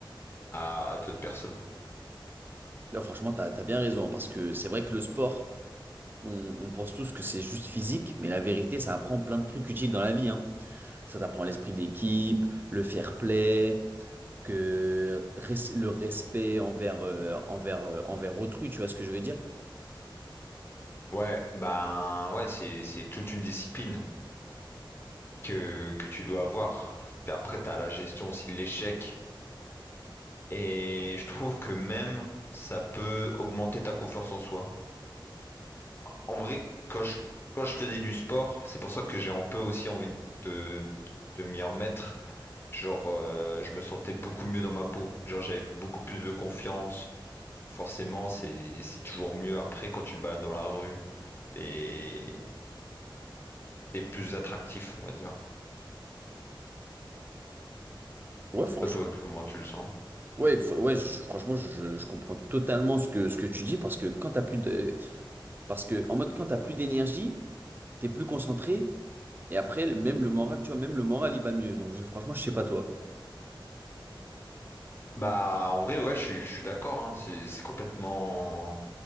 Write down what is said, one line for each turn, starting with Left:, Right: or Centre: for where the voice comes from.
Left: à, à d'autres personnes.
Right: Non, franchement, t'as, t'as bien raison, hein, parce que c'est vrai que le sport, on, on pense tous que c'est juste physique, mais la vérité, ça apprend plein de trucs utiles dans la vie, hein. Ça t'apprend l'esprit d'équipe, le fair play, que res- le respect envers, euh, envers, euh, envers autrui, tu vois ce que je veux dire?
Left: Ouais, ben ouais, c'est c'est toute une discipline. que, que tu dois avoir. Après, tu as la gestion aussi de l'échec. Et je trouve que même ça peut augmenter ta confiance en soi. En vrai, quand je, quand je faisais du sport, c'est pour ça que j'ai un peu aussi envie de, de m'y remettre. Genre, euh, je me sentais beaucoup mieux dans ma peau. Genre, j'avais beaucoup plus de confiance. Donc forcément, c'est, c'est toujours mieux après quand tu te balades dans la rue. T'es, t'es plus attractif, on va dire.
Right: Ouais, franchement.
Left: Toi, toi, comment tu le sens?
Right: Ouais, f- ouais, je- franchement, je, je comprends totalement ce que, ce que tu dis parce que quand t'as plus de, parce que en mode quand t'as plus d'énergie, t'es plus concentré et après le- même le moral, tu vois, même le moral il va mieux. Donc je- franchement, je sais pas toi.
Left: Bah, en vrai, ouais, je suis, je suis d'accord, hein. C'est, c'est complètement,